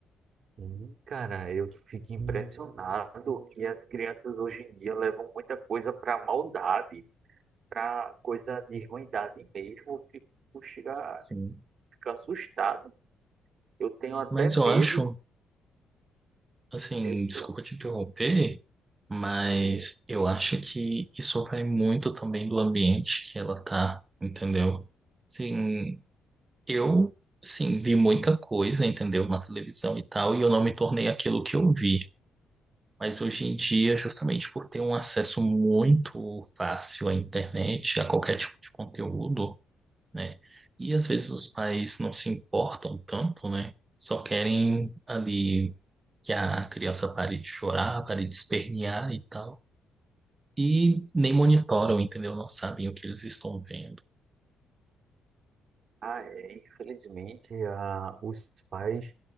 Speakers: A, on the right (about 55°); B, on the right (about 25°).
A: Sim. Cara, eu fico impressionado que as crianças hoje em dia levam muita coisa para maldade. para coisa de ruindade mesmo, eu fico, chega,
B: Sim.
A: fico assustado. Eu tenho até
B: Mas eu
A: medo.
B: acho, assim,
A: Eu
B: desculpa
A: tenho,
B: te interromper, mas
A: tenho-
B: eu acho que isso vai muito também do ambiente que ela tá, entendeu? Sim, eu, sim, vi muita coisa, entendeu? Na televisão e tal, e eu não me tornei aquilo que eu vi. Mas hoje em dia, justamente por ter um acesso muito fácil à internet, a qualquer tipo de conteúdo, né? E às vezes os pais não se importam tanto, né? Só querem ali que a criança pare de chorar, pare de espernear e tal. E nem monitoram, entendeu? Não sabem o que eles estão vendo.
A: ah, é, infelizmente, a, os pais,